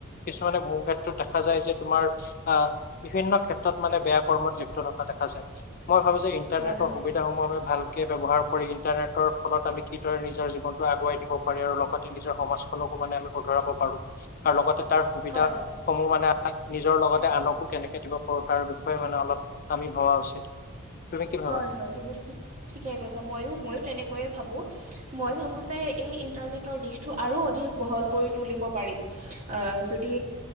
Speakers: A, on the left (about 45°); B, on the right (about 35°).
A: কিছুমানে বহু ক্ষেত্ৰত দেখা যায় যে তোমাৰ আহ বিভিন্ন ক্ষেত্ৰত মানে বেয়া কৰ্মত লিপ্ত থকা দেখা যায় মই ভাব যে ইণ্টাৰনেটৰ
B: হয় হয়
A: সুবিধাসমূহ আমি ভালকে ব্যৱহাৰ কৰি ইণ্টাৰনেটৰ ফলত আমি কিদৰে নিজৰ জীৱনটো আগুৱাই দিব পাৰি আৰু লগতে নিজৰ সমাজখনকো মানে আমি শুধৰাব পাৰো আৰু লগতে তাৰ সুবিধা
B: হয়
A: সমূহ মানে ত নিজৰ লগতে আনকো কেনেকে দিব পাৰোঁ তাৰ বিষয়ে মানে অলপ আমি ভবা উচিত। তুমি কি ভাবা?
B: হয় হয় তুমি ঠিক ঠিকে কৈছা মইও ময়ো তেনেকৈয়ে
A: <inaudible>
B: <unintelligible> মই ভাবো যে এই ইন্টাৰনেটৰ দিশটো আৰু অধিক বহল কৰি তুলিব পাৰি আহ যদ- দি